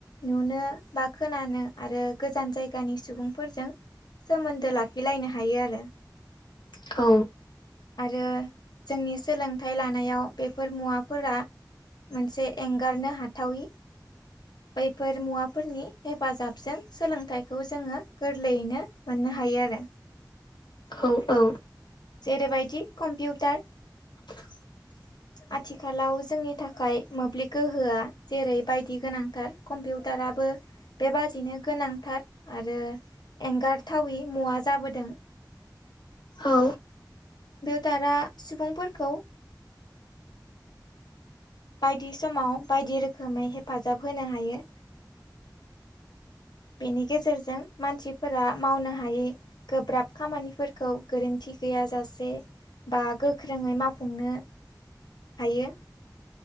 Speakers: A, on the left (about 65°); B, on the left (about 80°).
A: नुनो बा खोनानो आरो गोजान जायगानि सुबुंफोरजों सोमोन्दो लाखिलायनो हायो आरो।
B: औ।
A: ओ जोंनि सोलोंथाइ लानायाव बेफोर मुवाफोरा मोनसे एंगारनो हाथावि बैफोर मुवाफोरनि हेफाजाबजों सोलोंथाइखौ जोङो गोरलैयैनो मोननो हायो। बिदि आरो।
B: औ औ।
A: जेरैबायदि कम्पिउटार
B: <inaudible>
A: आथिखालाव जोंनि थाखाय मोब्लिब गोहोआ जेरै बायदि गोनांथार कम्पिउटार टाराबो बेबादिनो गोनांथार आरो एंगारथावै मुवा जाबोदों।
B: औ।
A: दारा सुबुंफोरखौ बायदि समाव बायदि रोखोमै हेफाजाब होनो हायो। बेनि गेजेरजों मानसि फोर मावनो हायै गोब्राब खामानिफोरखौ गोरोन्थि गैया जासे बा गोख्रोङै मावफुंनो हायो।